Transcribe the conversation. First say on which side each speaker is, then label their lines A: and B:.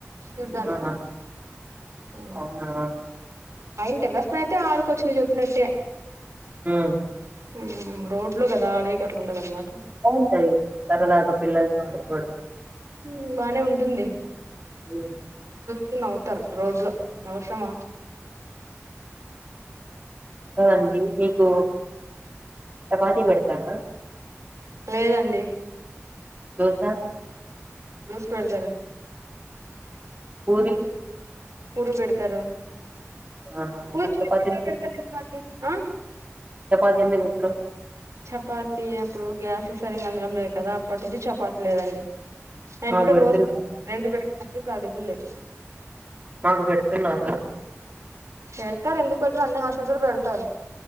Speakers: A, on the right; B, on the right.
A: చూడ్డానికే
B: ఆహా
A: అహ్
B: అవునా
A: అయింట రాస్నంటే ఆడుకోచ్చు నువ్వు చెప్పినట్టే
B: మ్
A: మ్మ్ రోడ్ లో కదా అదైతే అట్లుండది అన్మట్
B: బాగుంటాది సరదాగా పిల్లలతో ఆడుకోవడం
A: మ్ బానే ఉంటుంది
B: మ్
A: తిన్ నవ్వుతారు రోడ్లో అవశ్రమ
B: ఆ అండి మీకు చపాతి పెడతారా
A: లేదండి
B: దోసా
A: దోస్ పెడదరు
B: పూరి
A: పూరి పెడతరా
B: అవునా
A: పుచ్
B: మరి చపాతి
A: ఎన్నేళ్లు పేడతార ఎన్నాల్ ఆహ్
B: చపాాతి ఎందుకు పేట్రు
A: ఛపాతి అప్పుడు గ్యాస్లు సడన్గా అందడం లేదు కదా అప్పటి నుంచి చపాతి లేదండి అండ్ ఇప్పుడు
B: మాకు పెడుతున్నారు
A: రోజ్ <unintelligible> ఇప్పుడు అది కూడా లేదు
B: మాకు పెడుతున్నారు
A: పెడతారు అందు పొద్దున్న అన్ని హాస్టల్స్ లో పెడతారు